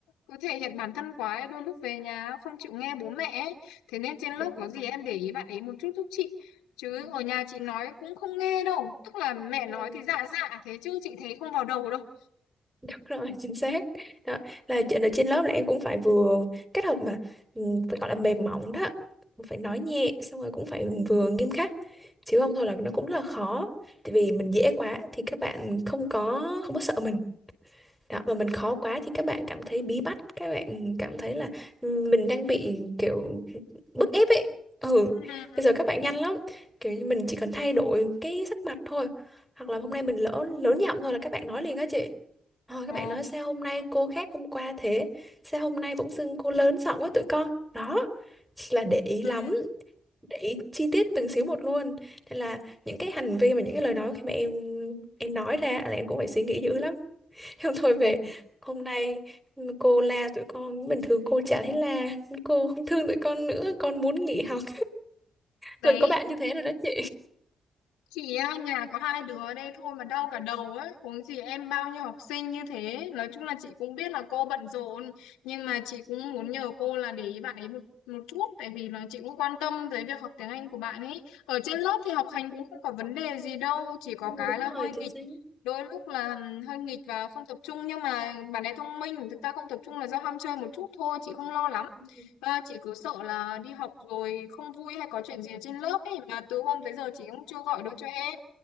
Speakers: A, on the left (about 85°); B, in the centre.
A: cứ thể hiện bản thân quá ấy, đôi lúc về nhà không chịu nghe bố mẹ ấy. Thế nên trên lớp
B: Đúng
A: có
B: rồi.
A: gì em để ý bạn ấy một chút giúp chị. Chứ
B: Ừ,
A: ở nhà chị nói cũng không nghe đâu. Tức là mẹ
B: ừ.
A: nói thì dạ dạ thế chứ chị thấy không vào đầu đâu.
B: Đúng rồi, chính xác. Đó, là chuyện ở trên lớp là em cũng phải vừa kết hợp mà ừ, phải gọi là mềm mỏng đó. Cũng Phải nói nhẹ xong rồi cũng phải vừa nghiêm khắc. Chứ không thôi là nó cũng là khó. Tại vì mình dễ quá thì các bạn không có không có sợ mình. Đó, và mình khó quá thì các bạn cảm thấy bí bách, các bạn cảm thấy là ừ, mình đang bị kiểu bức ép ấy. Ừ,
A: Ừ.
B: bây giờ các bạn nhanh lắm. Kiểu như mình chỉ cần thay đổi cái sắc mặt thôi. Hoặc là hôm nay mình lỡ lớn giọng thôi là các bạn nói liền á chị. Ờ, các
A: Ồ.
B: bạn nói sao hôm nay cô khác hôm qua thế? Sao hôm nay bỗng dưng cô lớn giọng với tụi con? Đó, là để ý
A: Ừ.
B: lắm, để ý chi tiết từng xíu một luôn. Nên là những cái hành vi và những cái lời nói khi mà em em nói ra là em cũng phải suy nghĩ dữ lắm. Em thôi về
A: Ồ.
B: hôm nay cô la tụi con bình thường cô chả thấy la cô không thương tụi con nữa con muốn nghỉ học
A: Đấy
B: đừng có bạn như thế rồi đó chị
A: Chị á, nhà có hai đứa ở đây thôi mà đau cả đầu ấy, huống gì em bao nhiêu học sinh như thế. Nói chung là chị cũng biết là cô bận rộn, nhưng mà chị cũng muốn nhờ cô là để ý bạn ấy một một chút, tại vì là chị cũng quan tâm tới việc học tiếng Anh của bạn ấy. Ở trên lớp thì học hành cũng không có vấn đề gì đâu, chỉ có
B: Ừ,
A: cái
B: đúng
A: là hơi
B: rồi chính
A: nghịch.
B: xác
A: Đôi lúc là ừm, hơi nghịch và không tập trung, nhưng mà bạn ấy thông minh, thực ra không tập trung là do ham chơi một chút thôi, chị không lo lắm.
B: Ừ.
A: À, chị cứ sợ là đi học rồi không vui hay có chuyện gì trên lớp ấy mà từ hôm tới giờ chị cũng chưa gọi được cho em.